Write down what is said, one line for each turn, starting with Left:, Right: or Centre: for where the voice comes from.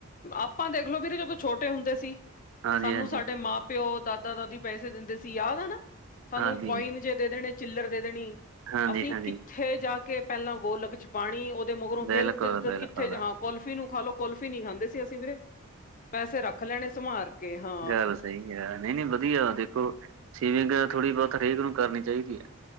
Left: ਆਪਾਂ ਦੇਖਲੋ ਬੀਰੇ ਜਦੋਂ ਛੋਟੇ ਹੁੰਦੇ ਸੀ,
Right: ਹਾਂਜੀ-ਹਾਂਜੀ,
Left: ਸਾਨੂੰ ਸਾਡੇ
Right: ਹਾਂਜੀ।
Left: ਮਾਂ ਪਿਓ, ਦਾਦਾ-ਦਾਦੀ ਪੈਸੇ ਦਿੰਦੇ ਸੀ ਯਾਦ ਐ ਨਾ। ਸਾਨੂੰ
Right: ਹਾਂਜੀ
Left: ਕੋਇਨ
Right: ਹਾਂਜੀ
Left: ਜੇਹੇ ਦੇ ਦੇਣੇ ਚਿਲਰ ਦੇ ਦੇਣੀ,
Right: ਹਾਂਜੀ
Left: ਅਸੀਂ
Right: ਹਾਂਜੀ
Left: ਕਿੱਥੇ ਜਾ ਕੇ ਪੈਲਾਂ ਗੋਲਕ ਚ ਪਾਣੀ ਓਦੇ ਮਗਰੋਂ
Right: ਬਿਲਕੁਲ
Left: ਫੇਰ ਉੱਤੇ
Right: ਬਿਲਕੁਲ
Left: ਕਿੱਥੇ ਹਾਂ ਕੋਲਫੀ ਨੂੰ ਖਾਲੋ, ਕੋਲਫੀ ਨੀ ਖਾਂਦੇ ਸੀ ਅਸੀ ਵੀਰੇ। ਪੈਸੇ ਰੱਖ ਲੈਣੇ ਸੰਭਾਲ ਕੇ। ਹਾਂ
Right: ਗੱਲ ਸਈ ਐ, ਨਈਂ-ਨਈਂ ਵਧੀਆ ਦੇਖੋ, ਸੇਵਿੰਗ ਥੋੜ੍ਹੀ ਬੋਤ ਹਰੇਕ ਨੂੰ ਕਰਨੀ ਚਾਈਦੀ ਐ।